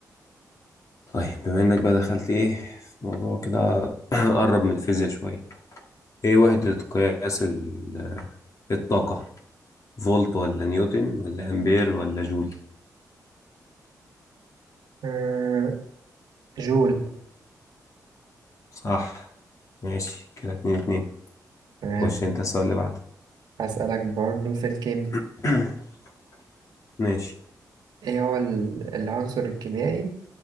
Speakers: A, on the left; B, on the right.
A: طيب بما انك بقى دخلت ايه في موضوع كده <clears throat> قرب من الفيزياء شوية ايه وحدة قياس ال- الطاقة فولت ولا نيوتن ولا امبير ولا جول
B: آه، جول
A: صح ماشي كده اتنين اتنين
B: تمام
A: خش انت السؤال اللي بعده
B: هسألك برضو في الكيمياء
A: <clears throat> ماشي
B: إيه هو ال- العنصر الكيميائي